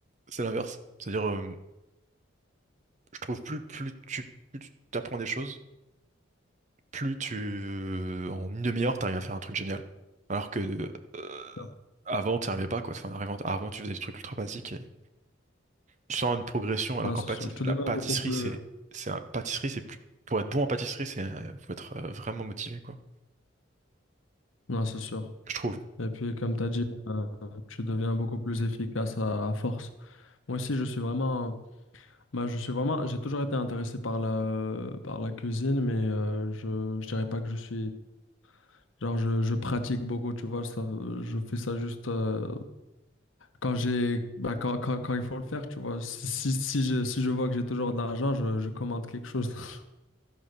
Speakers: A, on the right; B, on the left.
A: c'est l'inverse. C'est-à-dire, euh, je trouve plus, plus tu, plus tu t'apprends des choses, plus tu, euh, en une demi-heure, t'arrives à faire un truc génial. Alors que euh,
B: je-
A: avant, t'y arrivais pas quoi. Enfin, avant, avant, tu faisais des trucs ultra basiques et tu sens une progression. Alors
B: non,
A: qu'en
B: c'est
A: pâti-
B: sûr. Je te
A: la
B: demande
A: pâtisserie,
B: beaucoup plus.
A: c'est, c'est un pâtisserie, c'est plus, pour être bon en pâtisserie, c'est, euh, faut être euh, vraiment motivé quoi.
B: Non, c'est sûr.
A: Je trouve.
B: Et puis, comme tu as dit, euh, tu deviens beaucoup plus efficace à, à force. Moi aussi, je suis vraiment, bah, je suis vraiment, j'ai toujours été intéressé par la, par la cuisine, mais euh, je, je dirais pas que je suis, genre, je, je pratique beaucoup, tu vois, ça, je fais ça juste euh, quand j'ai, bah, quand, quand, quand il faut le faire, tu vois. Si, si, si je, si je vois que j'ai toujours de l'argent, je, je commande quelque chose. <laughs>